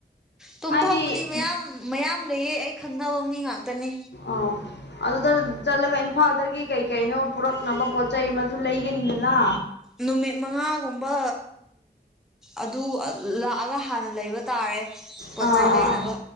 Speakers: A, in the centre; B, on the left.
A: ꯇꯨꯝꯐꯝꯕꯨꯗꯤ
B: ꯍꯥꯏꯗꯤ
A: ꯃꯌꯥꯝ ꯃꯌꯥꯝ ꯂꯩꯌꯦ ꯑꯩ ꯈꯪꯅꯕ ꯃꯤ ꯉꯥꯛꯇꯅꯦ
B: ꯑꯥ ꯑꯗꯨꯗ ꯆꯠꯂꯒ ꯏꯝꯐꯥꯜꯗꯒꯤ ꯀꯩ ꯀꯩꯅꯣ ꯄꯨꯔꯛꯅꯕ ꯄꯣꯠ ꯆꯩ ꯃꯖꯨ ꯂꯩꯒꯅꯤꯗꯅ
A: ꯅꯨꯃꯤꯠ ꯃꯉꯥꯒꯨꯝꯕ ꯑꯗꯨ ꯂꯥꯛꯑꯒ ꯍꯥꯟꯅ ꯂꯩꯕ ꯇꯥꯔꯦ ꯄꯣꯠ
B: ꯑꯥ
A: ꯆꯩ ꯂꯩꯅꯕ
B: ꯑꯥ ꯑꯥ